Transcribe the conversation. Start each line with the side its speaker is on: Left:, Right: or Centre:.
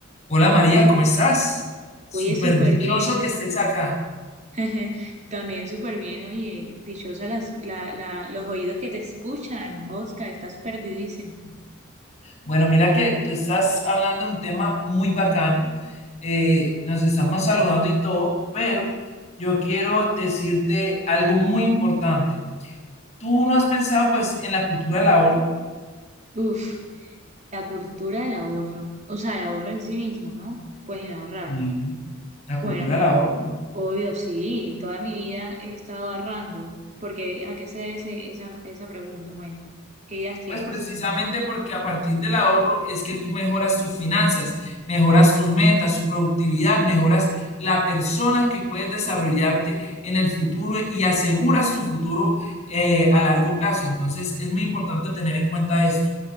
Left: Hola María, ¿cómo estás? Súper
Right: Oye, súper
Left: dichoso
Right: bien.
Left: que estés acá.
Right: <laughs> También súper bien. Oye, dichosa las, la, la, los oídos que te escuchan, Oscar, estás perdidísimo.
Left: Bueno, mira que tú estás hablando de un tema muy bacano. eh, nos estamos saludando y todo, pero yo quiero decirte algo muy importante. ¿Tú no has pensado pues en la cultura del ahorro?
Right: Ujú. Uf, la cultura del ahorro, o sea, el ahorro en sí mismo, ¿no? Pues en ahorrar.
Left: Y la
Right: Bueno,
Left: cultura del ahorro.
Right: obvio, sí, toda mi vida he estado ahorrando, porque ¿a qué se debe ese- esa, esa pregunta? Cuéntame, ¿qué ideas tienes?
Left: Pues precisamente porque a partir del ahorro es que tú mejoras tus finanzas, mejoras tus metas, tu productividad, mejoras la persona que puedes desarrollarte en el futuro y aseguras tu futuro eh, a largo plazo. Entonces es muy importante tener en cuenta esto.